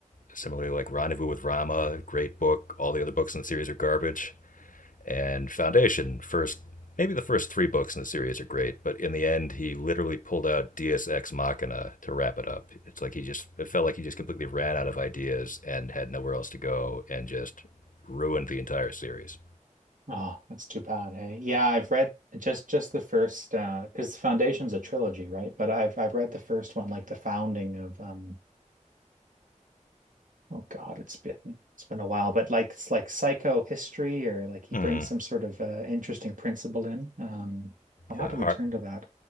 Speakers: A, on the left (about 85°); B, on the right (about 80°).
A: similarly, like Rendezvous with Rama, great book, all the other books in the series are garbage and Foundation. First, maybe the first three books in the series are great, but in the end, he literally pulled out Deus Ex Machina to wrap it up. It's like he just it felt like he just completely ran out of ideas and had nowhere else to go, and just ruined the entire series.
B: Oh, that's too bad. Hey, yeah, I've read just just the first uh, because Foundation's a trilogy, right? But I've I've read the first one, like the founding of um. Oh God, it's been it's been a while, but like it's like psychohistory or like he
A: Mm.
B: brings some sort of uh, interesting principle in. Um, I'll have
A: Yeah,
B: to
A: Har-
B: return to that.